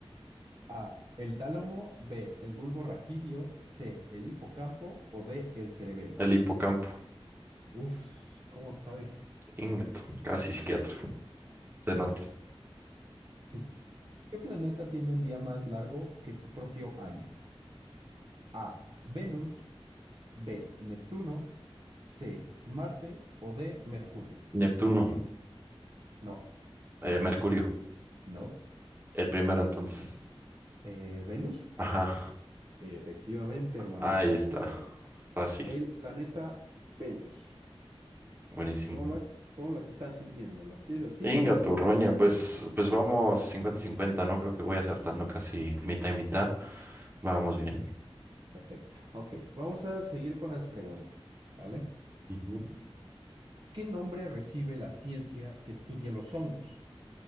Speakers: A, on the right (about 50°); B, on the right (about 20°).
A: A. El tálamo. B. El bulbo raquídeo. C. El hipocampo. O D. El cerebelo.
B: El hipocampo.
A: Uf, ¿cómo sabes?
B: Ingato. Casi psiquiatra. Se nota.
A: As- <laughs> ¿Qué planeta tiene un día más largo que su propio año? A. Venus. B. Neptuno. C. Marte. O D. Mercurio.
B: Neptuno.
A: No,
B: Eh, Mercurio.
A: no.
B: El primero entonces.
A: Eh, ¿Venus?
B: Ajá.
A: Efectivamente, hermano.
B: Ahí
A: Ácido.
B: está. Fácil.
A: el planeta Venus.
B: Buenísimo.
A: ¿Cómo lo, cómo las están sintiendo? ¿Las quieres así
B: Inga
A: o un
B: Turroña,
A: poquito más lejos?
B: pues, pues vamos cincuenta cincuenta ¿no? Creo que voy acertando casi mitad y mitad. Vamos bien.
A: Perfecto. Ok, vamos a seguir con las preguntas, ¿vale?
B: Ujú.
A: ¿Qué nombre recibe la ciencia que estudia los hongos?